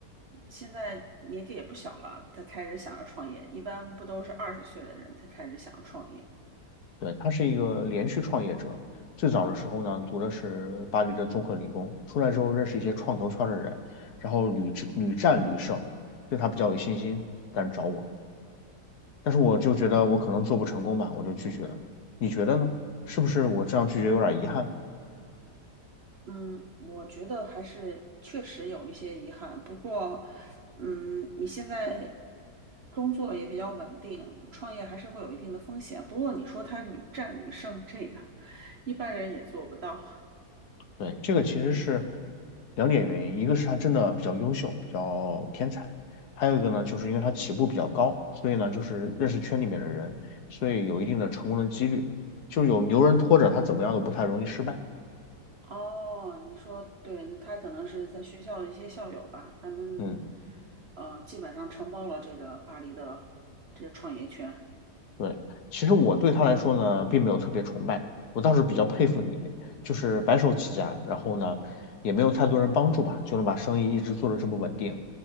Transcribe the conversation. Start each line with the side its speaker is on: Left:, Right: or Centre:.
Right: 现在年纪也不小了，他开始想要创业，一般不都是二十岁的人才开始想要创业？
Left: 对，他是一个连续创业者，最早的时候呢，读的是巴黎的综合理工，出来之后认识一些创投圈的人，然后屡战屡战屡胜，对他比较有信心，敢找我，但是我就觉得我可能做不成功吧，我就拒绝了。你觉得呢？是不是我这样拒绝有点遗憾？
Right: 嗯，我觉得还是确实有一些遗憾，不过，嗯，你现在工作也比较稳定，创业还是会有一定的风险。不过你说他屡战屡胜，这个一般人也做不到。
Left: 对，这个其实是两点原因，一个是他真的比较优秀，比较天才，还有一个呢，就是因为他起步比较高，所以呢，就是认识圈里面的人，所以有一定的成功的几率，就是有牛人拖着他怎么样都不太容易失败。
Right: 哦，你说对，他可能是在学校的一些校友吧，他们
Left: 嗯，
Right: 呃基本上承包了这个巴黎的这个创业圈。
Left: 对，其实我对他来说呢，并没有特别崇拜，我倒是比较佩服你，就是白手起家，然后呢，也没有太多人帮助吧，就能把生意一直做的这么稳定，